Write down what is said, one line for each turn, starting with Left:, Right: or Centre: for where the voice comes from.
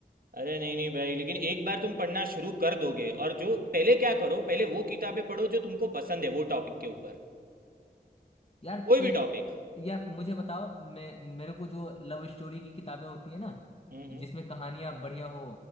Right: अरे नहीं नहीं भाई लेकिन एक बार तुम पढ़ना शुरू कर दोगे और जो पहले क्या करो पहले वो किताबें पढ़ो जो तुमको पसंद है वो टॉपिक के ऊपर
Left: यार
Right: कोई
Left: एक
Right: भी टॉपिक
Left: यार मुझे बताओ मैं मेरे को जो लव स्टोरी की किताबें होती है ना
Right: हम्म हम्म
Left: जिसमें कहानियां बढ़िया हो